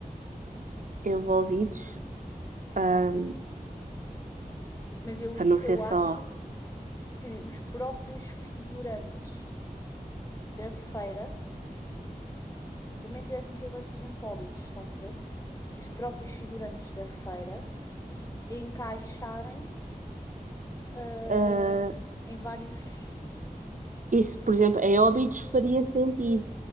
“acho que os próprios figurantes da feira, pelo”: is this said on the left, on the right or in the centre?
Left